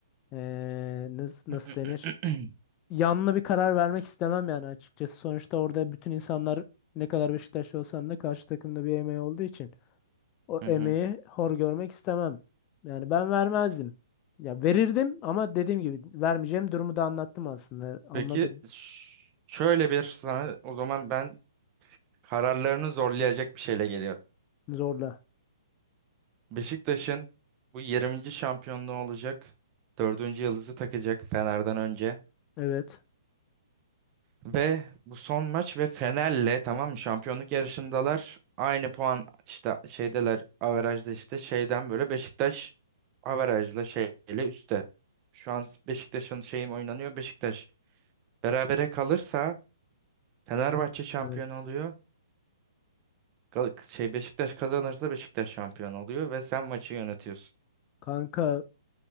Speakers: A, on the left; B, on the right.
A: Ee, nasıl, nasıl
B: <clears throat>
A: denir? Yanlı bir karar vermek istemem yani açıkçası. Sonuçta orada bütün insanlar ne kadar Beşiktaşlı olsan da karşı takımda bir emeği olduğu için o emeği
B: Hı hı.
A: hor görmek istemem. Yani ben vermezdim. Ya verirdim ama dediğim gibi vermeyeceğim durumu da anlattım aslında. Anladım.
B: Peki ş- şöyle bir sana o zaman ben kararlarını zorlayacak bir şeyle geliyorum.
A: Zorla.
B: Beşiktaş'ın bu yirminci şampiyonluğu olacak. Dördüncü yıldızı takacak Fener'den önce.
A: Evet.
B: Ve bu son maç ve Fener'le tamam mı şampiyonluk yarışındalar. Aynı puan işte şeydeler averajda işte şeyden böyle Beşiktaş averajla şeyle üstte. Şu an Beşiktaş'ın şeyim oynanıyor Beşiktaş. Berabere kalırsa Fenerbahçe şampiyon
A: Evet.
B: oluyor. Gal- şey Beşiktaş kazanırsa Beşiktaş şampiyon oluyor ve sen maçı yönetiyorsun.
A: Kanka